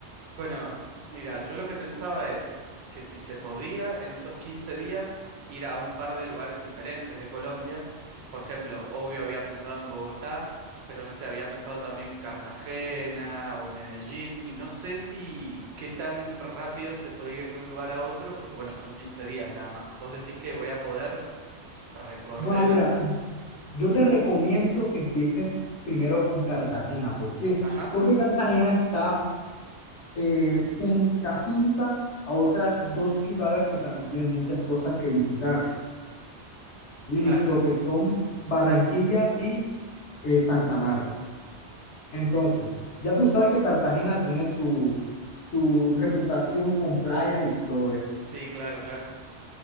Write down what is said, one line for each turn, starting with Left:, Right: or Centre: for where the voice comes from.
Right: Bueno, mira, yo lo que pensaba es que si se podía en esos 15 días ir a un par de lugares diferentes de Colombia, por ejemplo, obvio había pensado en Bogotá, pero no sé, había pensado también Cartagena o Medellín, y no sé si qué tan rápido se puede ir de un lugar a otro, porque bueno, son 15 días nada más. Vos decís que voy a poder recorrer.
Left: Bueno, mira, yo te recomiendo que empieces primero con Cartagena. ¿Por qué?
Right: Ajá,
Left: Porque Cartagena está eh, junta, junta a otras dos ciudades que también tienen muchas cosas que visitar. Listo,
Right: claro.
Left: que son Barranquilla y eh, Santa Marta. Entonces, ya tú sabes que Cartagena tiene su, su reputación con playas y todo eso.
Right: Sí, claro, claro.